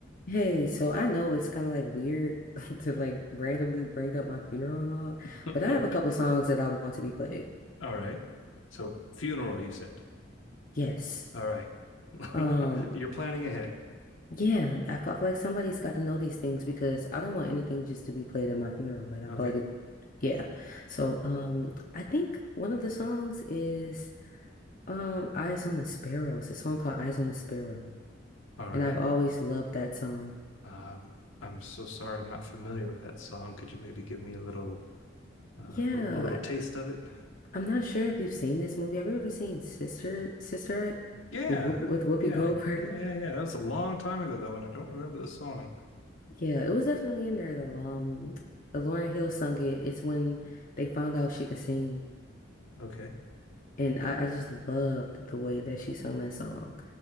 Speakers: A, on the left; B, on the left.
A: Hey, so I know it's kind of like weird <laughs> to like randomly bring up my funeral and all,
B: <laughs>
A: but I
B: Okay.
A: have a couple songs that I want to be played.
B: All right. So funeral, you said.
A: Yes.
B: All right. <laughs>
A: Um,
B: You're planning ahead.
A: yeah, I feel, I feel like somebody's got to know these things because I don't want anything just to be played at my funeral. Like I
B: Okay.
A: feel like it, yeah. So, um, I think one of the songs is um Eyes on the Sparrow. It's a song called Eyes on the Sparrow,
B: All right.
A: and I've always loved that song.
B: Um, I'm so sorry. I'm not familiar with that song. Could you maybe give me a little, uh,
A: Yeah,
B: a, a little taste of it?
A: I'm not sure if you've seen this movie. Have you ever seen Sister Sister Act
B: Yeah.
A: with Whoopi with Whoopi
B: Yeah.
A: Goldberg?
B: Yeah. Yeah. Yeah. That was a long time ago though, and I don't remember the song.
A: Yeah, it was definitely in there though. Um, uh, Lauren Hill sung it. It's when they found out she could sing,
B: Okay.
A: and I, I just loved the way that she sung that song.